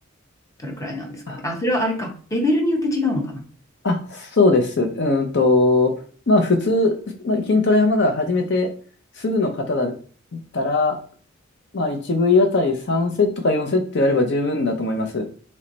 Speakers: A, on the left; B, on the left.
A: どれくらいなんですかね。
B: あ、
A: あ、それはあれか。レベルによって違うのかな。
B: あそうです。うーんと、まあ普通、まあ、筋トレはまだ始めてすぐの方だったら、まあ 1V あたり3セットか4セットやれば十分だと思います。